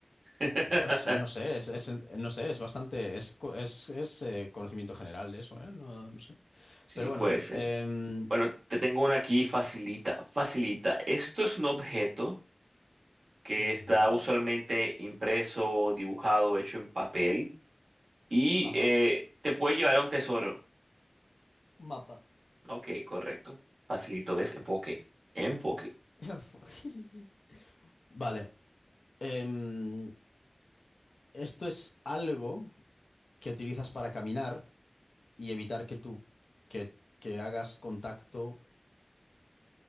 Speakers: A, on the right (about 85°); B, on the left (about 85°).
A: <laughs>
B: Pues no sé, es, es- no sé, es bastante, es, co- es, es, eh, conocimiento general de eso, ¿eh? No, no sé.
A: Sí,
B: Pero bueno.
A: puede ser.
B: em,
A: Bueno, te tengo una aquí facilita, facilita. Esto es un objeto que
B: ujú,
A: está usualmente impreso, dibujado, hecho en papel y
B: Ajá.
A: eh, te puede llevar a un tesoro.
B: Mapa.
A: Ok, correcto. Facilito, ¿ves? Enfoque, enfoque.
B: <laughs> Vale. em, esto es algo que utilizas para caminar y evitar que tú, que, que hagas contacto